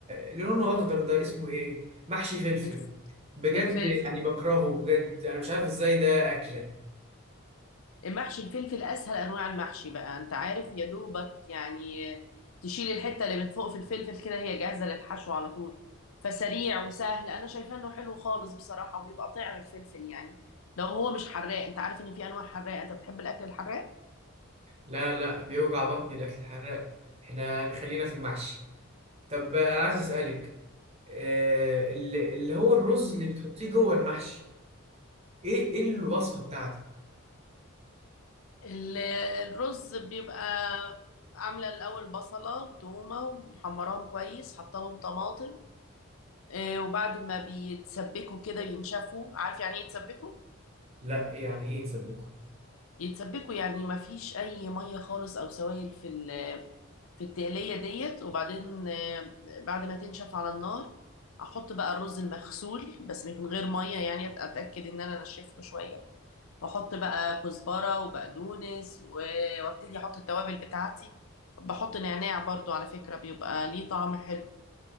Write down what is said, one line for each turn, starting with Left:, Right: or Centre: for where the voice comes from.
Right: اللي لونه اخضر ده اسمه ايه محشي فلفل
Left: الف-
Right: بجد
Left: الفلفل
Right: يعني بكرهه بجد انا مش عارف ازاي ده اكله
Left: محشي الفلفل اسهل انواع المحشي بقى انت عارف يا دوبك يعني تشيل الحته اللي من فوق في الفلفل كده هي جاهزه للحشو على طول فسريع وسهل انا شايفاه انه حلو خالص بصراحه وبيبقى طعم الفلفل يعني لو هو مش حراق انت عارف ان في انواع حراق انت بتحب الاكل الحراق
Right: لا لا بيوجع بطني الاكل الحراق احنا نخلينا في المحشي طب انا عايز اسالك آه، اللي اللي هو الرز اللي بتحطيه جوه المحشي ايه ايه الوصفه بتاعتك
Left: ال- الرز بيبقى عامله الاول بصله وتومه ومحمراهم كويس حاطه لهم طماطم آه، وبعد ما بيتسبكوا كده ينشفوا عارف يعني ايه يتسبكوا
Right: لا يعني ايه تصدقوا
Left: يتسبكوا يعني ما فيش اي ميه خالص او سوائل في ال- في التقليه ديت وبعدين آه، بعد ما تنشف على النار احط بقى الرز المغسول بس من غير ميه يعني أت- اتاكد ان انا نشفته شويه واحط بقى كزبره وبقدونس و- وابتدي احط التوابل بتاعتي بحط نعناع برضو على فكره بيبقى ليه طعم حلو